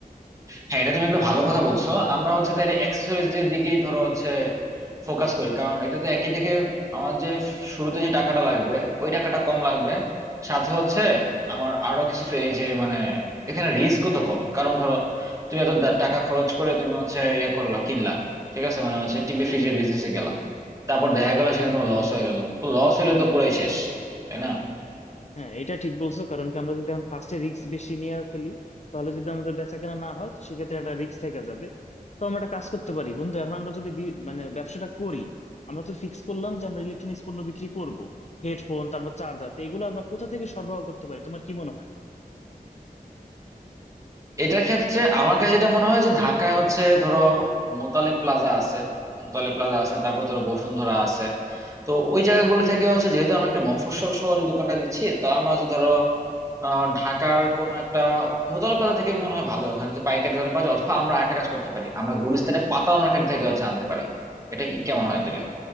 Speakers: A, on the right; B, on the left.
A: হ্যাঁ এটা তুমি একটা ভালো কথা বলছো আমরা হচ্ছে তাহলে অ্যাক্সেসরিজ এর দিকেই ধরো হচ্ছে ফোকাস করি কারণ এটাতে একই দেখে আমার যে শুরুতে যে টাকাটা লাগবে ওই টাকাটা কম লাগবে সাথে হচ্ছে আমার আরো কিছু ফে- এই যে মানে এখানে রিস্কও তো কম কারণ ধরো তুমি এত দা- টাকা খরচ করে তুমি হচ্ছে ইয়ে করলা কিনলা ঠিক আছে মানে হচ্ছে টিভি ফ্রিজের বিজনেসে গেলা তারপর দেখা গেল সেখানে তোমার লস হয়ে গেল তো লস হইলে তো পুরাই শেষ তাই না
B: হ্যাঁ এটা ঠিক বলছো কারণ কি আমরা যদি এখন ফার্স্টে রিস্ক বেশি নিয়ে আর ফেলি তাহলে যদি আমাদের বেচা কেনা না হয় তো সেক্ষেত্রে একটা রিস্ক থেকে যাবে তো আমরা একটা কাজ করতে পারি বন্ধু এখন আমরা যদি বি- মানে ব্যবসাটা করি আমরা তো ফিক্স করলাম যে আমরা ইলেকট্রনিক্স পণ্য বিক্রি করব হেডফোন তারপর চার্জার তো এগুলো আমরা কোথা থেকে সরবরাহ করতে পারি তোমার কি মনে হয়
A: এটার ক্ষেত্রে আমার কাছে এটা মনে হয় যে ঢাকায় হচ্ছে ধরো মোতালে প্লাজা আছে মোতালে প্লাজা আছে তারপর ধরো বসুন্ধরা আছে তো ওই জায়গাগুলো থেকে হচ্ছে যেহেতু আমরা একটা মফস্বল শহরের দোকানটা দিচ্ছি তো আমরা হচ্ছে ধরো আহ ঢাকার কোন একটা মোতালে প্লাজা থেকে মনে হয় ভালো ওখানে যে পাইকারি দরে পাওয়া যায় অথবা আমরা একটা কাজ করতে পারি আমরা গুলিস্তানের পাতা মার্কেট থেকে হচ্ছে আনতে পারি এটা কি কেমন হয় তাহলে